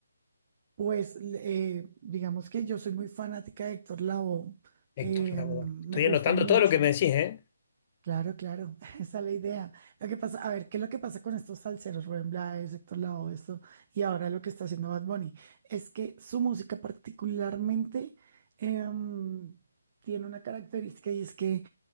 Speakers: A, on the right; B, on the left.
A: Pues eh, digamos que yo soy muy fanática de Héctor Lavoe,
B: Héctor
A: eh,
B: Lavoe?
A: me
B: Estoy
A: gusta
B: anotando
A: mucho,
B: todo lo que me decís, ¿eh?
A: claro, claro, <laughs> esa es la idea. Lo que pasa, a ver, ¿qué es lo que pasa con estos salseros, Rubén Blades, Héctor Lavoe, esto, y ahora lo que está haciendo Bad Bunny? Es que su música particularmente em, tiene una característica y es que